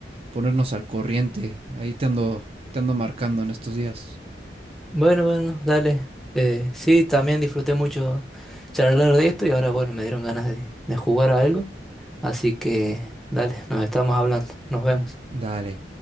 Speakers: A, on the right; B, in the centre.
A: ponernos al corriente. Ahí te ando, te ando marcando en estos días.
B: Bueno, bueno, dale. Eh, sí, también disfruté mucho charlar de esto y ahora, bueno, me dieron ganas de, de jugar a algo. Así que, dale, nos estamos hablando. Nos vemos.
A: Mm, Dale.